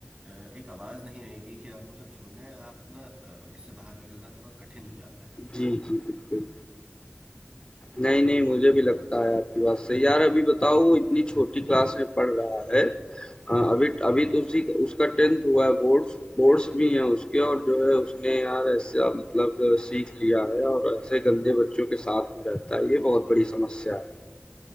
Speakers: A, on the right (about 25°); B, on the left (about 25°).
A: अ, एक आवाज़ नहीं आएगी कि आपको सब छोड़ना है आप ना अ, इससे बाहर निकलना थोड़ा कठिन हो जाता है
B: जी जी बिल्कुल। नहीं नहीं मुझे
A: तो अ,
B: भी लगता है आपकी बात सही। यार अभी बताओ वो इतनी छोटी क्लास में पढ़ रहा है हाँ, अभी
A: हम्म
B: अभी तो उसी उसका 10th हुआ है बोर्ड्स बोर्ड्स भी हैं उसके
A: हम्म
B: और जो है उसने यार ऐसा मतलब सीख लिया है और ऐसे गंदे बच्चों के साथ में रहता है ये बहुत बड़ी समस्या है